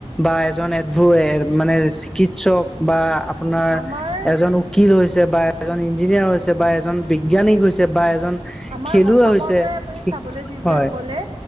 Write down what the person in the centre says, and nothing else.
বা এজন এবোৰ এ মানে চিকিৎসক বা আপোনাৰ
এজন উ- কিল হৈছে বা এজন ইঞ্জিনিয়াৰ হৈছে বা এজন বিজ্ঞানী হৈছে বা এজন-
খেলুৱৈ
হৈছে
হয়